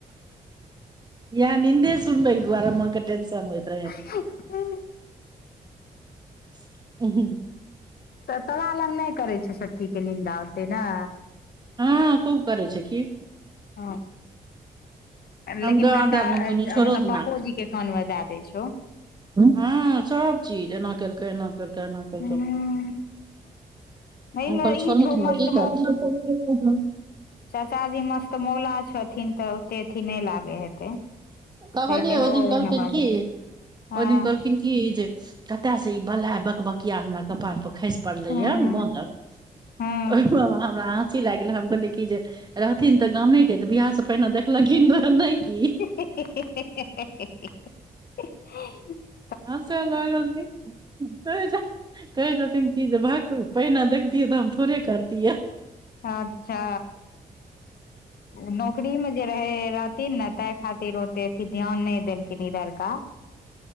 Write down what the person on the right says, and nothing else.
<unintelligible> निन्दे सुनबे दुआरे माँ केँ टेंशन होइत रहन।
<unintelligible>
हँ खूब करै छै की।
हम
तऽ
आधा
कोनो छोड़ो
दिना
हँ सभ चीज एना केलकै, एना कलकै, एना केलकै।
उनकर
छोड़ौत
नऽ की करथिन
कहलियै
ओहि
दिन
कहलखिन
कि
ओइ दिन कहलखिन की जे कतै से ई बलाय बकबकिया हमर कपाड़ पर खसि पड़ले
यै माँ द
तऽ ओय म हमरा आ हँसी लागि गेलय हम कहलियै कि जे रहथिन तऽ गामे केँ तऽ बियाह से पहिने देखलखिन रहे नै की
हँसय लगलखिन कहैय छै कहै छथिन कि जे भक्क पहिने देखतियै तऽ हम थोड़े करतियै